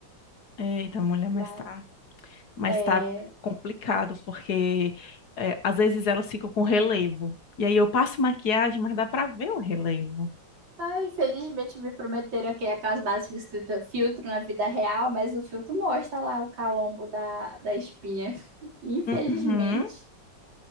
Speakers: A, on the left; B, on the right.
A: eita, mulher, mas
B: Mas,
A: tá, mas
B: é...
A: tá complicado, porque é, às vezes elas ficam com relevo. E aí eu passo maquiagem, mas dá pra ver o relevo.
B: Ah, infelizmente me prometeram aqui aquelas bases que ficam escritas filtro na vida real, mas o filtro mostra lá o calombo da, da espinha. <laughs> Infelizmente.
A: Uhum.